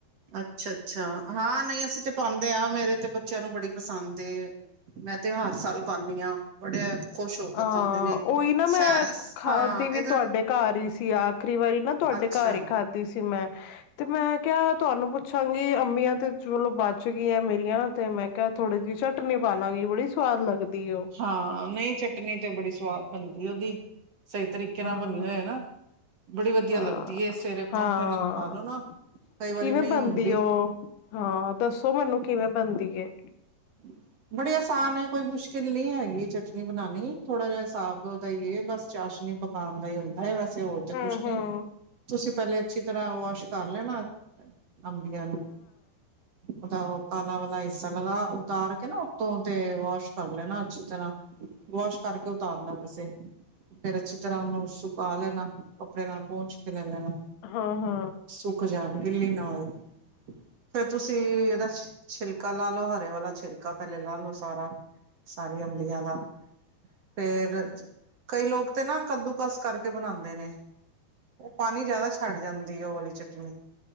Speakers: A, on the right (about 45°); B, on the left (about 80°).
A: ਅੱਛਾ ਅੱਛਾ ਹਾਂ ਨਹੀਂ ਅਸੀਂ ਤੇ ਪਾਉਂਦੇ ਹਾਂ ਮੇਰੇ ਤੇ ਬ ਬੱਚਿਆਂ ਨੂੰ ਬੜੀ ਪਸੰਦ ਏ ਮੈਂ ਤੇ ਹਰ ਸਾਲ ਪਾਉੰਦੀ ਹਾਂ ਬੜੇ ਖੁਸ਼ ਹੋ ਕੇ
B: ਹਾਂ
A: ਖਾਂਦੇ ਨੇ।
B: ਉਹੀ ਨਾ ਮੈਂ
A: ਸੈਸ
B: ਖਾਦੀ
A: ਹਾਂ
B: ਵੀ
A: ਇਹਦਾ
B: ਤੁਹਾਡੇ ਘਰ ਹੀ ਸੀ ਆਖਰੀ ਵਰੀ ਨਾ ਤੁਹਾਡੇ
A: ਅੱਛਾ।
B: ਘਰ ਹੀ ਖਾਧੀ ਸੀ ਮੈਂ ਤੇ ਮੈਂ ਕਿਹਾ ਤੁਹਾਨੂੰ ਪੁੱਛਾਂਗੀ ਅੰਮੀਆਂ ਤੇ ਚਲੋ ਬਚ ਗਈਆਂ ਮੇਰੀਆਂ ਤੇ ਮੈਂ ਕਿਹਾ ਥੋੜੀ ਜਿਹੀ ਚਟਣੀ ਪਾਲਾਂਗੀ ਬੜੀ ਸਵਾਦ ਲੱਗਦੀ ਉਹ
A: ਹਾਂ ਨਹੀਂ ਚਟਨੀ ਤੇ ਬੜੀ ਸਵਾਦ ਬਣਦੀ ਉਹਦੀ ਸਹੀ ਤਰੀਕੇ ਨਾਲ
B: ਹਾਂ
A: ਬਣੀ ਹੋਏ ਨਾ ਬੜੀ ਵਧੀਆ
B: ਹਾਂ
A: ਲੱਗਦੀ ਏ ਸਵੇਰੇ ਪਰੋਂਂਠੇ
B: ਹਾਂ
A: ਨਾਲ ਖਾ ਲੋ ਨਾ ਕਈ ਵਾਰੀ
B: ਕਿਵੇਂ
A: ਨਹੀਂ
B: ਬਣਦੀ
A: ਹੁੰਦੀ
B: ਉਹ ਹਾਂ ਦੱਸੋ ਮੈਨੂੰ ਕਿਵੇਂ ਬਣਦੀ ਏ
A: ਹਮ ਬੜੀ ਆਸਾਨ ਹੈ ਕੋਈ ਮੁਸ਼ਕਿਲ ਨਹੀਂ ਹੈਗੀ ਚਟਨੀ ਬਣਾਉਣੀ ਥੋੜਾ ਜਿਹਾ ਹਿਸਾਬ ਉਹਦਾ ਹੀ ਏ ਬਸ ਚਾਸ਼ਨੀ ਪ ਪਾਉਣ ਦਾ ਹੀ ਹੁੰਦਾ ਹੈ ਬਸ ਕਿਸੀ ਹੋਰ ਤੇ
B: ਹੂੰ
A: ਕੁਛ ਨੀ
B: ਹੂੰ
A: ਤੁਸੀਂ ਪਹਿਲੇ ਅੱਛੀ ਤਰ੍ਹਾਂ ਵਾਸ਼ ਕਰ ਲੈਣਾ ਅੰਬੀਆਂ ਨੂੰ ਉਹਦਾ ਉਹ ਕਾਲਾ ਵਾਲਾ ਹਿੱਸਾ ਲਗਾ ਉਹ ਉਤਾਰ ਕੇ ਨਾ ਉਤੋਂ ਤੇ ਵਾਸ਼ ਕਰ ਲੈਣਾ ਅੱਛੀ ਤਰ੍ਹਾਂ ਵਾਸ਼ ਕਰਕੇ ਉਤਾਰਨਾ ਵੈਸੇ ਫਿਰ ਅੱਛੀ ਤਰ੍ਹਾਂ ਉਹਨੂੰ ਸੁਕਾ ਲੈਣਾ ਕੱਪੜੇ ਨਾਲ ਪਹੁੰਚ ਕੇ ਲੈ ਲੈਣਾ
B: ਹਾਂ ਹਾਂ
A: ਸੁਖ ਜਾਣਗੀ ਗਿੱਲੀ ਨਾਲ ਫੇਰ ਤੁਸੀਂ ਇਹਦਾ ਛਿਲਕਾ ਲਾ ਲੋ ਹਰੇ ਵਾਲਾ ਛਿਲਕਾ ਪਹਿਲੇ ਲਾ ਲੋ ਸਾਰਾ ਸਾਰੀ ਅੰਬੀਆਂ ਦਾ ਫੇਰ ਕਈ ਲੋਕ ਤੇ ਨਾ ਕੱਦੂਕਸ ਕਰਕੇ ਬਣਾਉਂਦੇ ਨੇ ਉਹ ਪਾਣੀ ਜਿਆਦਾ ਛੱਡ ਜਾਂਦੀ ਉਹ ਵਾਲੀ ਚਟਨੀ